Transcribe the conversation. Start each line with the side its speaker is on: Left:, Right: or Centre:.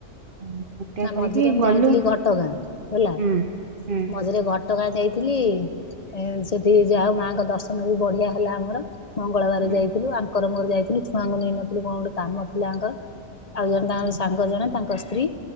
Right: ଉଁ, ଏମିତିଆ
Left: ନା
Right: କରିକି
Left: ମଝିରେ ମୁଁ
Right: ଗଲୁ
Left: ଯାଇଥିଲି ଘଟଗାଁ ହେଲା
Right: ହୁଁ ହୁଁ
Left: ମଝିରେ ଘଟ ପଟଗାଁ ଯାଇଥିଲି ଏ ସେଠି ଯା ହଉ ମାଙ୍କ ଦର୍ଶନ ବି ବଢିଆ ହେଲା ଆମର। ମଙ୍ଗଳବାର
Right: ହୁଁ
Left: ଯାଇଥିଲୁ ଆଙ୍କର ମର ଯାଇଥିଲୁ ଛୁଆଙ୍କୁ ନେଇନଥିଲୁ କଣ ଗୋଟେ କାମ ଥିଲାଙ୍କର। ଆଉ ଜଣେ ତାଙ୍କର
Right: ହୁଁ
Left: ସାଙ୍ଗ ଜଣେ ତାଙ୍କ ସ୍ତ୍ରୀ।